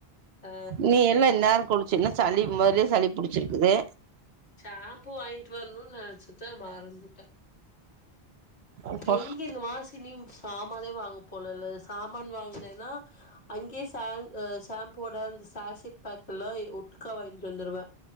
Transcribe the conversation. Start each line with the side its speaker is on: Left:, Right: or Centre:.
Left: ஆ
Right: நீ என்ன இந்நேர குளிச்சன்னா சளி மொதலே சளி புடிச்சிருக்குது
Left: ஷாப்பு வாங்ட்டு வரணுண் நெனச்சுத மறந்துட்ட
Right: அப்பா
Left: எங்க இந்த மாசி லீவு சாமானே வாங்க போலல்ல சாமான் வாங்னேன்னா அங்கேயே ஷாம் ஷாம்போட அந்த சாஷிட் பாடிலு உட்க்கா வாங்கிட்டு வந்துருவ